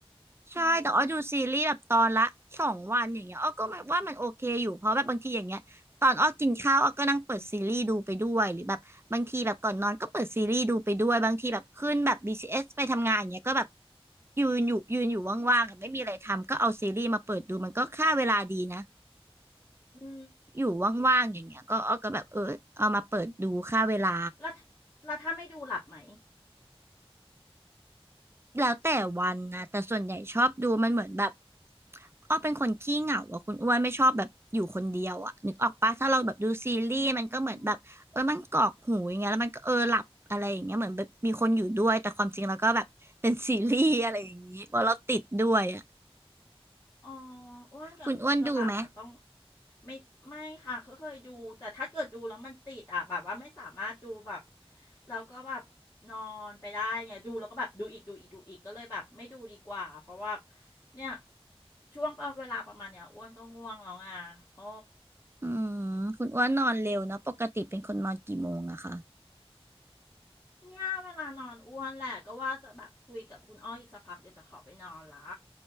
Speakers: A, on the right; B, on the left.
A: ใช่แต่อ้อดูซีรีส์แบบตอนละสองวันอย่างเงี้ยอ้อก็แบบว่ามันโอเคอยู่เพราะแบบบางทีอย่างเงี้ยตอนอ้อกินข้าวอ้อก็นั่งเปิดซีรีส์ดูไปด้วยหรือแบบบางทีแบบก่อนนอนก็เปิดซีรีส์ดูไปด้วยบางทีแบบขึ้นแบบบีซีเอสไปทำงานอย่างเงี้ยก็แบบ
B: อืม
A: ยืนอยู่ยืนอยู่ว่างๆอะไม่มีอะไรทำก็เอาซีรีส์มาเปิดดูมันก็ฆ่าเวลาดีนะ
B: อืม
A: อยู่ว่างๆอย่างเงี้ยก็อ้อก็แบบเออเอามาเปิดดูฆ่าเวลา
B: แล้วถ้าแล้วถ้าไม่ดูหลับไหม
A: แล้วแต่วันนะแต่ส่วนใหญ่ชอบดูมันเหมือนแบบอ้อเป็นคนขี้เหงาอะคุณอ้วนไม่ชอบแบบอยู่คนเดียวอะนึกออกปะถ้าเราแบบดูซีรีส์มันก็เหมือนแบบเออมันกรอกหูอย่างเงี้ยแล้วมันก็เออหลับอะไรอย่างเงี้ยเหมือนแบบมีคนอยู่ด้วยแต่ความจริงแล้วก็แบบเป็นซีรีส์อะไรอย่างงี้เพราะเราติดด้วยอะ
B: อืม อ๋ออ้วนก็คือจะหลับอ่ะต้อง
A: คุณอ้วนดูไหม
B: ไม่ไม่ค่ะเคยเคยดูแต่ถ้าเกิดดูแล้วมันติดอ่ะแบบว่าไม่สามารถดูแบบแล้วก็แบบนอนไปได้ไงดูแล้วก็แบบดูอีกดูอีกดูอีกก็เลยแบบไม่ดูดีกว่าเพราะว่าเนี่ยช่วงเวลาประมาณเนี้ยอ้วนก็ง่วงแล้วไงโอ้
A: อืมคุณอ้วนนอนเร็วเนาะปกติเป็นคนนอนกี่โมงอะคะ
B: เนี่ยเวลานอนอ้วนแหละก็ว่าจะแบบคุยกับคุณอ้อยอีกสักพักเดี๋ยวจะขอไปนอนละ